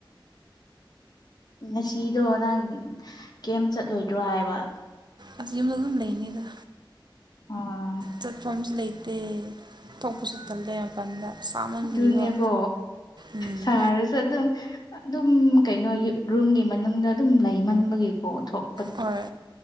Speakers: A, on the left; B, on the right.
A: ꯉꯁꯤꯗꯣ ꯅꯪ ꯀꯩꯝ ꯆꯠꯂꯣꯏꯗ꯭ꯔꯣ ꯍꯥꯏꯕ
B: ꯑꯁ ꯌꯨꯝꯗ ꯑꯗꯨꯝ ꯂꯩꯅꯤꯗ
A: ꯑꯥ
B: ꯆꯠꯐꯝꯁꯨ ꯂꯩꯇꯦ ꯊꯣꯛꯄꯁꯨ ꯇꯜꯂꯦ ꯃꯄꯥꯟꯗ ꯁꯥꯃꯟꯕꯤꯒꯤꯀꯣ
A: ꯑꯗꯨꯅꯦꯀꯣ
B: ꯎꯝ
A: ꯁꯥꯔꯁꯨ ꯑꯗꯨꯝ ꯑꯗꯨꯝ ꯀꯩꯅꯣ ꯔꯨꯝꯒꯤ ꯃꯅꯨꯡꯗ ꯑꯗꯨꯝ ꯂꯩꯃꯟꯕꯒꯤꯀꯣ ꯊꯣꯛ
B: ꯍꯣꯏ